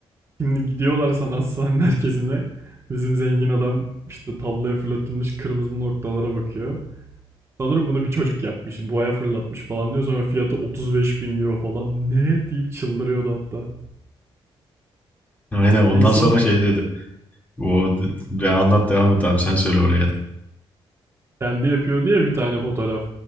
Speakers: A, on the right; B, on the left.
A: Şimdi gidiyorlar sanat sahne merkezine. Bizim zengin adam işte tabloya fırlatılmış kırmızı noktalara bakıyor. Sanırım bunu bir çocuk yapmış. Boya fırlatmış falan diyor. Sonra fiyatı 35 bin euro falan. Ne deyip çıldırıyordu hatta.
B: Aynen ondan
A: En son
B: sonra şey dedi. O ve anlat devam et abi sen söyle oraya da.
A: kendi yapıyordu ya bir tane fotoğraf.